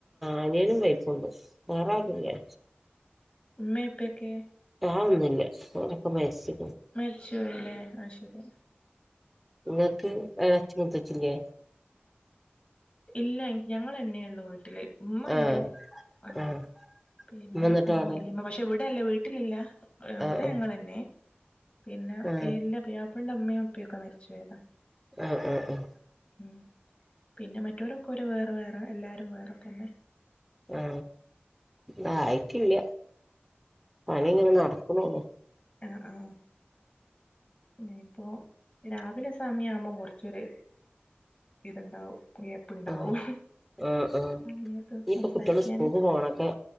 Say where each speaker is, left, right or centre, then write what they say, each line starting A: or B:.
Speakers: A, in the centre; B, on the left.
A: അനിയനും വൈഫുണ്ട് വേറാര് രൂല്ല്യ.
B: ഇമ്മേം ഇപ്പെയൊക്കെ?
A: ആവൊന്നുല്ല ഓലൊക്കെ മര്ച്ച്
B: മരിച്ച് പോയില്ലേ ആ ശരി
A: ഇങ്ങക്ക് എളച്ചിം മൂത്തചിം ഇല്ലേ
B: ഇല്ല ഞങ്ങളെന്നേള്ളൂ വീ ട്ടില് ഇമ്മ ഇണ്ട്
A: ആഹ്
B: ആ
A: ആഹ്
B: പിന്നെ
A: ഉമ്മ എന്നിട്ട്
B: ഇമ്മ
A: അവിടെ
B: വല്ല്യമ്മ പക്ഷെ വീട് ഇവിടെല്ല വീട്ട്ലില്ല ഇവാടെ
A: ആഹ്
B: ഞങ്ങളെന്നെ. പിന്നെ
A: ആഹ്
B: ഇല്ല പുയ്യാപ്ലന്റെ ഇമ്മയൂം ഇപ്പിയൊക്കെ മരിച്ചോയതാ
A: ആ ആ ആ
B: മ്മ് പിന്നെ മറ്റ് മറ്റോരൊക്കേ ഓരെ വേറെ വേറെ എല്ലാരും വേറെ തന്നെ.
A: ആ ഇതായിട്ടില്ല. പണിങ്ങനെ നടക്ക്ണോള്ളു.
B: ആ ആ ഇനിയിപ്പോ രാവിലെ സമയാവുമ്പോം കൊർച്ചൊര് ഇത്ണ്ടാവും. ഗ്യാപ്പ്ണ്ടാവും
A: ആഹ് ആഹ് ആഹ്
B: ആ സമയത്ത്
A: ഇനിയിപ്പോ
B: സംസാരിക്യാന്
A: കുട്ടികള് സ്കൂൾക്ക് പോണൊക്കെ